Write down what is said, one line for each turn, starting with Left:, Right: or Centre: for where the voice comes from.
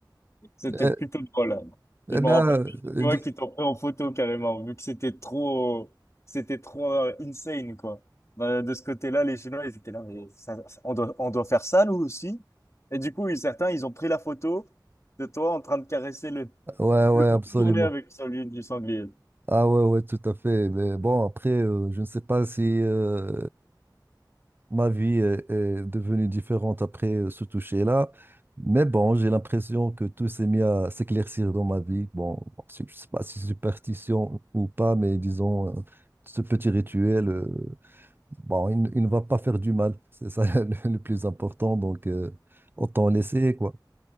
Left: C'était
Right: Euh,
Left: plutôt drôle. hein. Je
Right: Eh
Left: me
Right: bien,
Left: rappelle des Chinois qui t'ont pris en photo carrément, vu que c'était trop, c'était trop euh, insane, quoi. Euh, de ce côté-là, les Chinois, ils étaient là, mais ça- ça- on doit, on doit faire ça, nous aussi. Et du coup, ils- certains, ils ont pris la photo de toi en train de caresser le,
Right: ouais, ouais,
Left: le
Right: absolument.
Left: tourner avec celui du sanglier.
Right: Ah ouais, ouais, tout à fait. Mais bon, après, euh, je ne sais pas si euh, ma vie est, est devenue différente après euh, ce toucher-là. Mais bon, j'ai l'impression que tout s'est mis à s'éclaircir dans ma vie. Bon, bon, c'est- je ne sais pas si c'est superstition ou pas, mais disons, euh, ce petit rituel, euh, bon, il, ne il ne va pas faire du mal. C'est ça <laughs> le, le plus important. Donc, euh, autant laisser, quoi.